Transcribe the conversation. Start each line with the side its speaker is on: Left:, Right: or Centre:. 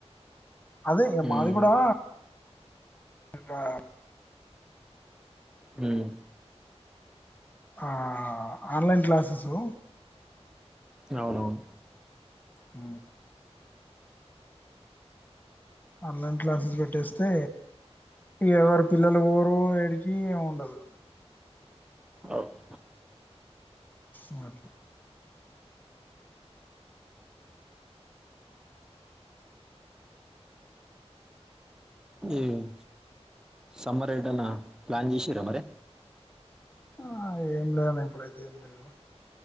Left: అదే ఎ
Centre: హ్మ్.
Left: మాది కూడా రా
Centre: హ్మ్
Left: ఆ ఆన్లైన్ క్లాసెసు
Centre: అవును అవును
Left: ఆ ఆన్లైన్ క్లాసెస్ పెట్టేస్తే ఎవరు పిల్లలు ఊరు ఏడికి ఉండదు
Centre: ఓవ్
Left: మ్ అట్లా
Centre: మ్మ్ సమ్మర్ ఏటన్నా ప్లాన్ చేసిర్రా మరి
Left: ఆ ఏం లేదన్న ఇప్పుడైతే ఏం లేదు